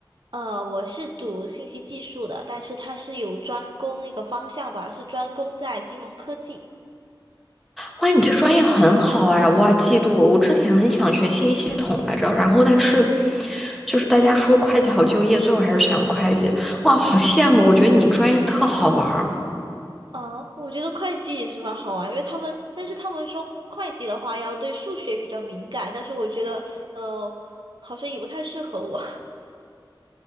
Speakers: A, on the right (about 70°); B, in the centre.
A: 呃，我是读信息技术的，但是它是有专攻一个方向吧，是专攻在金融科技。
B: 哇，你这专业很好哎，哇，嫉妒了。我之前很想学信息系统来着，然后但是就是大家说会计好就业，最后还是选了会计。哇，好羡慕！我觉得你专业特好玩儿。
A: 呃，我觉得会计也是蛮好玩，因为他们，但是他们说会计的话要对数学比较敏感，但是我觉得，呃，好像也不太适合我。